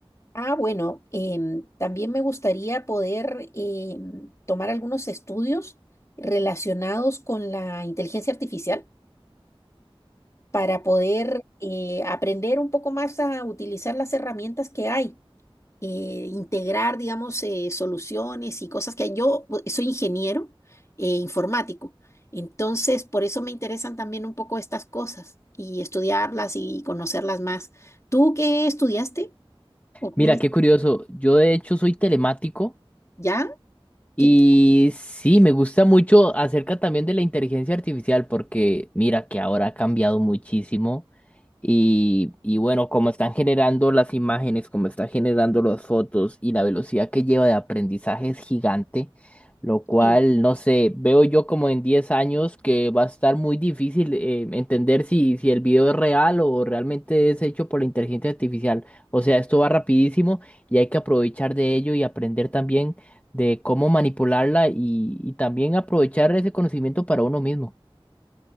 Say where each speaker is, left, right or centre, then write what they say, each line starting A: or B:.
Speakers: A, on the left; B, on the left.
A: Ah, bueno, em, también me gustaría poder em, tomar algunos estudios relacionados con la inteligencia artificial para poder eh, aprender un poco más a utilizar las herramientas que hay, eh, integrar, digamos, eh, soluciones y cosas que hay. Yo bu- soy ingeniero eh, informático, entonces por eso me interesan también un poco estas cosas y estudiarlas y conocerlas más. ¿Tú qué estudiaste? ¿O qué
B: Mira,
A: es-
B: qué curioso. Yo de hecho soy telemático.
A: ya? ¿Qué-
B: Y sí, me gusta mucho acerca también de la inteligencia artificial porque mira que ahora ha cambiado muchísimo y, y bueno, como están generando las imágenes, como están generando las fotos y la velocidad que lleva de aprendizaje es gigante, lo cual,
A: qué-
B: no sé, veo yo como en 10 años que va a estar muy difícil eh, entender si, si el video es real o realmente es hecho por la inteligencia artificial. O sea, esto va rapidísimo y hay que aprovechar de ello y aprender también de cómo manipularla y, y también aprovechar ese conocimiento para uno mismo.